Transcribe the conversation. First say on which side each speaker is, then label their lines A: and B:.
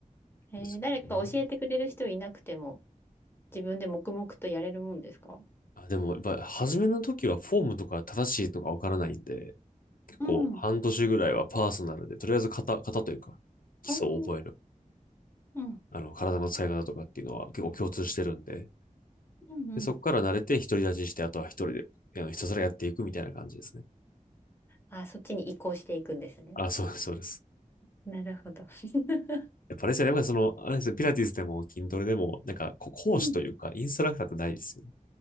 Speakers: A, on the left (about 15°); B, on the left (about 85°).
A: えー誰か教えてくれる人いなくても、
B: ですかね。
A: 自分で黙々とやれるもんですか
B: あ、でも、やっぱ、初めの時はフォームとか正しいとかわからないんで、結構半年ぐらいはパーソナルで、
A: うん。
B: とりあえず型、型というか、基礎を覚える。
A: おーうん。
B: あの、体の使い方とかっていうのは結構共通してるんで、
A: うんうん。
B: で、そこから慣れて独り立ちして、あとは一人で、あの、ひたすらやっていくみたいな感じですね。
A: あー、そっちに移行していくんですね。
B: あ、そうです、そうです。
A: なるほど。<laughs>
B: やっぱあれですよね、やっぱりその、あれですよ、ピラティスでも筋トレでも、なんか、こ講師というか、
A: うん。
B: インストラクターって大事ですよね。